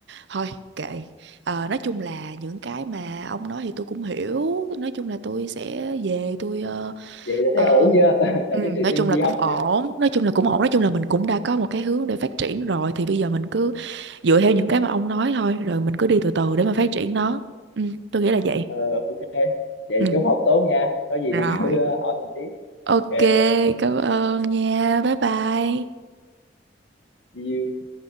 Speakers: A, on the right; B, on the left.
A: thôi kệ. Ờ, nói chung là những cái mà ông nói thì tôi cũng hiểu, nói chung là tôi sẽ về tôi
B: vậy là thấy
A: uh,
B: ổn chưa <laughs> là
A: Ừ,
B: thấy tự
A: nói
B: tin
A: chung là
B: đi
A: cũng
B: học
A: ổn
B: chưa
A: nói chung là cũng ổn nói chung là mình cũng đã có một cái hướng để phát triển rồi thì bây giờ mình cứ dựa theo những cái mà ông nói thôi rồi mình cứ đi từ từ để mà phát triển nó ừ, tôi nghĩ là vậy
B: Ờ, ok. Vậy
A: ừ.
B: chúc học tốt nha. Có gì
A: Rồi.
B: thì cứ ờ, hỏi mình tiếp.
A: ok
B: Ok.
A: cảm ơn nha bye bye
B: See you.